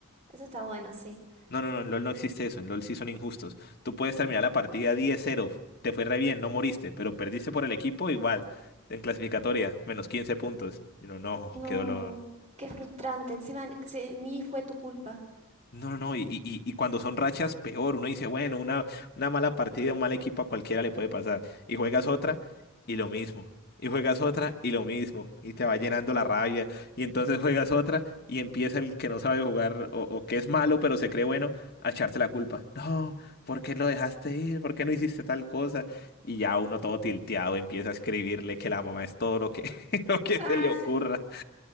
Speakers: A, on the right; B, on the left.
A: Eso está bueno, sí.
B: No, no, no, en LOL no existe eso, en LOL sí son injustos. Tú puedes terminar la partida 10-0, te fue re bien, no moriste, pero perdiste por el equipo igual, en clasificatoria, menos 15 puntos. Y uno, no,
A: No,
B: qué dolor.
A: qué frustrante. Encima se- ni fue tu culpa.
B: No, no, no, y, y, y- y cuando son rachas, peor. Uno dice, bueno, una, una mala partida, un mal equipo a cualquiera le puede pasar. Y juegas otra y lo mismo. Y juegas otra y lo mismo. Y te va llenando la rabia. Y entonces juegas otra y empieza el que no sabe jugar o, o que es malo, pero se cree bueno, a echarte la culpa. No, ¿por qué lo dejaste ir? ¿Por qué no hiciste tal cosa? Y ya uno todo tilteado empieza a escribirle que la mamá es todo lo que, <laughs> lo que
A: Ah.
B: se le ocurra.